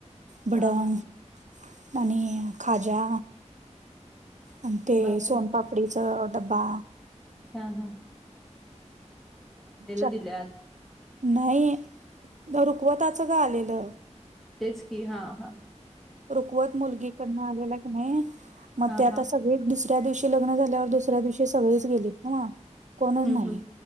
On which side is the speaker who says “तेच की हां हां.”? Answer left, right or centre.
Centre